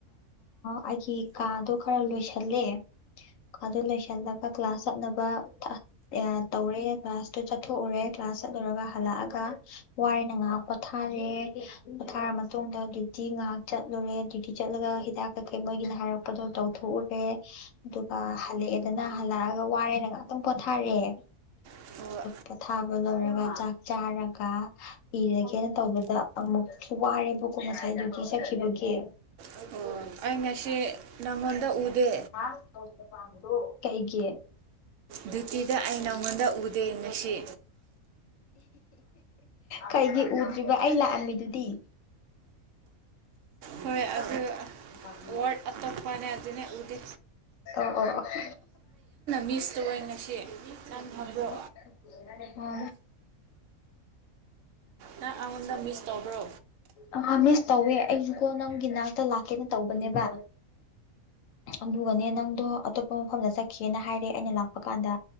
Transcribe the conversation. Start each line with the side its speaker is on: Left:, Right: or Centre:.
Left: ꯑꯩꯒꯤ ꯀꯥꯗꯣ ꯈꯔ ꯂꯣꯏꯁꯜꯂꯦ ꯀꯥꯗ ꯂꯣꯏꯁꯜꯂꯒ ꯀ꯭ꯂꯥꯁ ꯆꯠꯅꯕ ꯇꯧꯔꯦ ꯀ꯭ꯂꯥꯁꯇꯨ ꯆꯠꯊꯣꯛꯎꯔꯦ ꯀ꯭ꯂꯥꯁ ꯆꯠꯂꯨꯔꯒ ꯍꯜꯂꯛꯑꯒ ꯋꯥꯔꯅ ꯉꯥꯏꯍꯥꯛ ꯄꯣꯊꯥꯔꯦ ꯄꯣꯊꯥꯔ ꯃꯇꯨꯡꯗ ꯗ꯭ꯌꯨꯇꯤ ꯉꯥꯏꯍꯥꯛ ꯆꯠꯂꯨꯔꯦ ꯆꯠꯂꯒ ꯍꯤꯗꯥꯛ ꯀꯩꯀꯩ ꯃꯣꯏꯒꯤꯅ ꯍꯥꯏꯔꯛꯄꯗꯣ ꯇꯧꯊꯣꯛꯎꯔꯦ ꯑꯗꯨꯒ ꯍꯜꯂꯛꯑꯦꯗꯅ ꯍꯜꯂꯛꯑꯒ ꯋꯥꯔꯦꯅ ꯉꯥꯛꯇꯪ ꯄꯣꯊꯥꯔꯑꯦ
Right: ꯑꯣ
Left: ꯄꫭꯠꯊꯥꯕ ꯂꯣꯏꯔꯒ ꯆꯥꯛ ꯆꯥꯔꯒ ꯏꯤꯔꯒꯦꯅ ꯇꯧꯕꯗ ꯑꯃ ꯋꯥꯔꯦꯕꯀꯣ ꯉꯁꯥꯏꯗꯨꯗꯤ ꯁꯛꯈꯤꯕꯒꯤ
Right: ꯑꯣ ꯑꯩ ꯉꯁꯤ ꯅꯪꯉꯣꯟꯗ ꯎꯗꯦ
Left: ꯗ ꯄꯗꯣ <inaudible> <unintelligible> ꯀꯩꯒꯤ
Right: ꯗ꯭ꯌꯨꯇꯤꯗ ꯑꯩ ꯅꯪꯉꯣꯟꯗ ꯎꯗꯦ ꯉꯁꯤ
Left: ꯀꯩꯒꯤ ꯎꯗ꯭ꯔꯤꯕ ꯑꯩ ꯂꯥꯛꯑꯝꯃꯤꯗꯨꯗꯤ
Right: ꯍꯣꯏ ꯑꯗꯨ
Left: ꯑꯣ <unintelligible>
Right: ꯋꯥꯔꯗ
Left: <inaudible>
Right: ꯑꯇꯣꯞꯄꯅꯦ ꯑꯗꯨꯅꯦ ꯎꯗ
Left: ꯑ ꯑꯣ <inaudible> <unintelligible> ꯍ
Right: ꯃꯤꯁ ꯇꯧꯋꯦ ꯉꯁꯤ ꯅꯪ ꯈꯪꯕ꯭ꯔꯣ
Left: <unintelligible> <inaudible>
Right: ꯅꯪ ꯑꯩꯉꯣꯟꯗ ꯃꯤꯁ ꯇꯧꯕ꯭ꯔꯣ
Left: ꯑꯃ ꯃꯤꯁ ꯇꯧꯋꯦ ꯑꯩꯁꯨꯀꯣ ꯅꯪꯒꯤꯅ ꯂꯥꯛꯀꯦꯅ ꯇꯧꯕꯅꯦꯕ ꯑꯗꯨꯒꯅꯦ ꯅꯪꯗꯣ ꯑꯇꯣꯞꯄ ꯃꯐꯝꯗ ꯆꯠꯈꯤꯅ ꯍꯥꯏꯔꯦ ꯑꯩꯅ ꯂꯥꯛꯄ ꯀꯥꯟꯗ